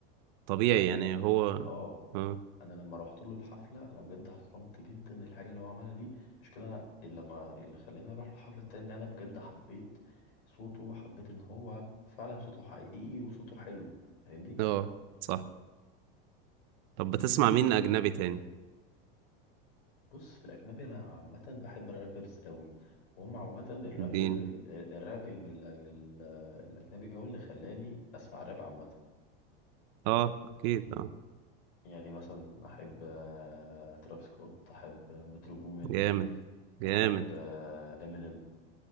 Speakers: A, on the right; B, on the left.
A: طبيعي
B: فانا
A: يعني
B: بجد
A: هو
B: اه
A: اه
B: انا لما رحت له الحفله انا بجد احترمت جدا الحاجه اللي هو عملها دي مش كده انا اللي لما اللي خلاني اروح الحفله التانية اللي انا بجد حبيت صوته وحبيت ان هو فعلا صوته حقيقي وصوته حلو فاهمني
A: اه صح طب بتسمع مين اجنبي تاني
B: بص في الأجنبي أنا عامة بحب الرابرز قوي وهم عامة الرابر
A: الدين
B: ال- ال- الرابينج ال- ال- الأجنبي هو اللي خلاني أسمع راب عامة
A: اه اكيد اه
B: يعني مثلا أحب تراب سكوت أحب مترو بومين
A: جامد جامد
B: أحب إمينيم